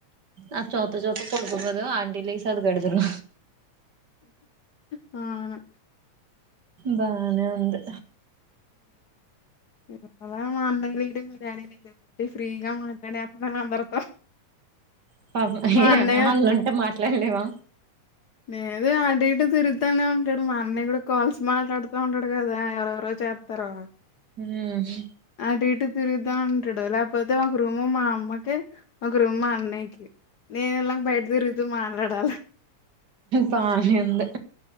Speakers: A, on the right; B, on the left.
A: ఆ చోత్త చౌ త్త పోనుకున్నారు ఆంటి లెగిసి గడదరు
B: ఆ
A: బానే ఉంది
B: ఇయ్యాల మా అన్నయ్య రీడింగ్ లో కాబట్టి ఫ్రీగా మాట్లాడేతున్నాను అందరితో
A: ఆ పాపం అయ్యో
B: మా అన్నయ్య
A: వాళ్ళుంటే మాట్ అట్లా ఎం లేవా
B: లేదు అటూ ఇటూ తిరుగుతానే ఉన్ టడు మా అన్నయ్య కూడా కాల్స్ మాట్లాడుతూ ఉంటాడు కదా ఎవరెవరో చేస్తరూ
A: హ్మ
B: అటు ఇటు తిరుగుతా ఉంటడు లేకపోతే ఒక రూము మా అమ్మకి ఒక రూమ్ మా అన్నయకి నేను ఇలాగ బయట తిరుగుతూ మాట్లాడాల
A: బానే ఉంది